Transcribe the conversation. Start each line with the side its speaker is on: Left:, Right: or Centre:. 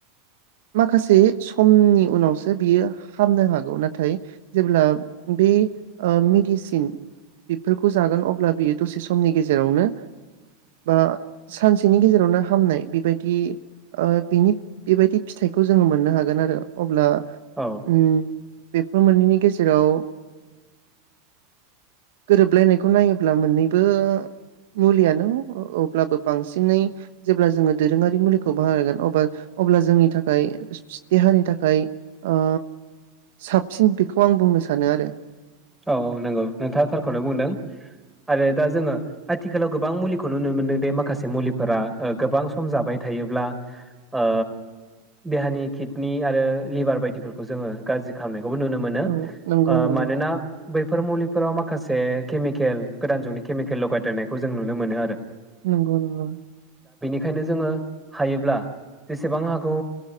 Right: माखासे समनि उनावसो बियो हामनो हागौ । नाथाय जेब्ला बे ओ मिडि सिन बेफोरखौ जागोन अब्ला बियो दसे समनि गेजेरावनो बा सानसेनि गेजेरावनो हामनाय बेबायदि ओ बिनि बेबायदि फिथाइखौ जोङो मोननो हागोन आरो अब्ला उम
Centre: औ
Right: बेफोर मोननैनि गेजेराव गोरोबलायनायखौ नायोब्ला मोननैबो मुलियानो अब्लाबो बांसिनै जेब्ला जोङो दोरोङारि मुलिखौ बाहायगोन अबा अब्ला जोंनि थाखाय देहानि थाखाय ओ साबसिन बेखौ आं बुंनो सानो आरो।
Centre: औ औ नंगौ नोंथाङा थारखौनो बुंदों आरो दा जोङो आथिखालाव गोबां मुलिखौ नुनो मोनदों दि माखासे मुलिफोरा ओ गोबां सम जाबाय थायोब्ला ओ देहानि किडनि आरो लिभार बायदिफोरखौ जोङो गाज्रि खालामनाय खौबो नुनो मोनो ।
Right: औ नंगौ
Centre: ओ
Right: नंगौ
Centre: मानोना बेफोर मुलिफोराव माखासे केमिकेल गोदान जुगनि केमिकेल लगायदेरनायखौ जों नुनो मोनो आरो।
Right: नंगौ नंगौ।
Centre: खायनो जोङो हायोब्ला जेसेबां हागौ